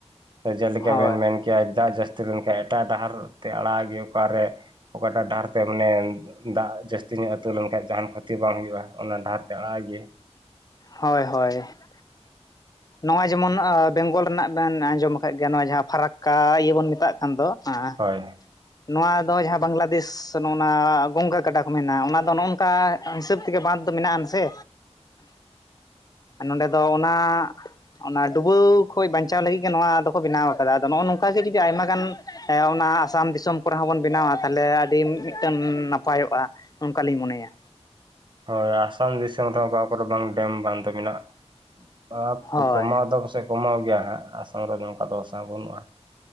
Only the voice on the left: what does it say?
ᱦᱳᱭ
ᱦᱳᱭ ᱦᱳᱭ ᱾
ᱱᱚᱜ-ᱚᱭ ᱡᱮᱢᱚᱱ ᱮᱸ ᱵᱮᱝᱜᱚᱞ ᱨᱮᱱᱟᱜ ᱵᱤᱱ ᱟᱸᱡᱚᱢ ᱟᱠᱟᱫ ᱜᱮᱭᱟ ᱱᱚᱣᱟ ᱡᱟᱦᱟᱸ ᱯᱷᱟᱨᱟᱠᱠᱟ ᱤᱭᱟᱹ ᱵᱚᱱ ᱢᱮᱛᱟᱜ ᱠᱟᱱ ᱫᱚ ᱾ ᱦᱮᱸ
᱾ ᱱᱚᱣᱟ ᱫᱚ ᱡᱟᱦᱟᱸ ᱵᱟᱝᱞᱟᱫᱮᱥ ᱥᱮ ᱱᱚᱱᱟ ᱜᱚᱝᱜᱟ ᱜᱟᱰᱟ ᱠᱚ ᱢᱮᱱᱟ ᱚᱱᱟ ᱫᱚ ᱱᱚᱜᱚᱝ ᱠᱟ ᱦᱤᱥᱟᱹᱵ ᱛᱮᱜᱮ ᱵᱟᱱᱛ ᱫᱚ ᱢᱮᱱᱟ ᱟᱱ ᱥᱮ ᱱᱟᱰᱮ ᱫᱚ ᱚᱱᱟ ᱚᱱᱟ ᱰᱩᱵᱟᱹᱣ ᱠᱷᱚᱱ ᱵᱟᱧᱪᱟᱣ ᱞᱟᱹᱜᱤᱫ ᱜᱮ ᱱᱚᱣᱟ ᱫᱚᱠᱚ ᱵᱮᱱᱟᱣ ᱠᱟᱫᱟ ᱟᱫᱚ ᱱᱚᱜᱚ ᱱᱚᱝᱠᱟ ᱜᱮ ᱡᱩᱫᱤ ᱟᱭᱢᱟ ᱜᱟᱱ ᱮ ᱚᱱᱟ ᱟᱥᱟᱢ ᱫᱤᱥᱚᱢ ᱠᱚᱨᱮ ᱦᱚᱸᱵᱚᱱ ᱵᱮᱱᱟᱣᱟ ᱛᱟᱦᱚᱞᱮ ᱟᱹᱰᱤ ᱢᱤᱫᱴᱟᱝ ᱱᱟᱯᱟᱭᱚᱜᱼᱟ᱾ ᱚᱱᱠᱟᱞᱤᱧ ᱢᱚᱱᱮᱭᱟ
ᱦᱳᱭ